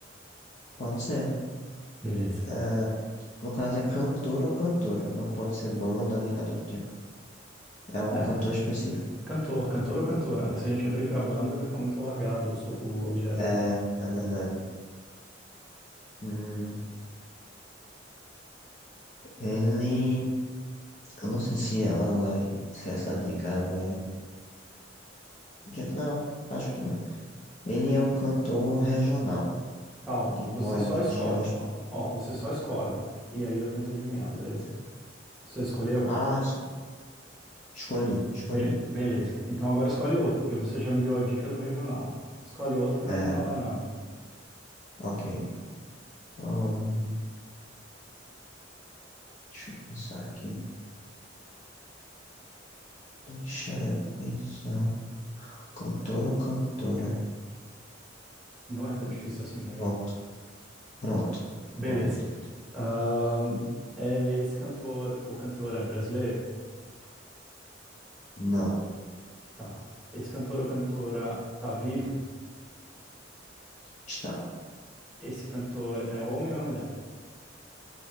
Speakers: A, on the left; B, in the centre.
A: Pode ser.
B: Beleza.
A: É, no caso, é cantor ou cantora. Não pode ser banda nem nada do tipo. É um
B: É.
A: cantor específico.
B: Cantor, cantor ou cantora, né? Se a gente abrir para banda, vai ficar muito alargado o, su- o objeto.
A: É, é verdade. Hum, ele. Eu não sei se ela vai. Se essa dica vai. de- Não, acho que não. Ele é um cantor regional.
B: Calma,
A: E mora
B: você só
A: na região.
B: escolhe.
A: es-
B: Ó, ó, você só escolhe. E aí eu tento adivinhar, beleza? Você escolheu?
A: Ah, sim. Escolhi, escolhi.
B: Be- beleza. Então agora escolhe outro, porque você já me deu a dica do regional. Escolhe outro e não
A: É,
B: me fala nada.
A: ok. Hum, deixa eu pensar aqui. Deixa eu pensar. Cantor ou cantora?
B: Não é tão difícil assim, né,
A: Pronto,
B: Júlio?
A: pronto,
B: Beleza.
A: pronto.
B: Ahn, é esse cantor ou cantora é brasileiro?
A: Não,
B: Tá. Esse cantor ou cantora tá vivo?
A: está.
B: Esse cantor é homem ou é mulher?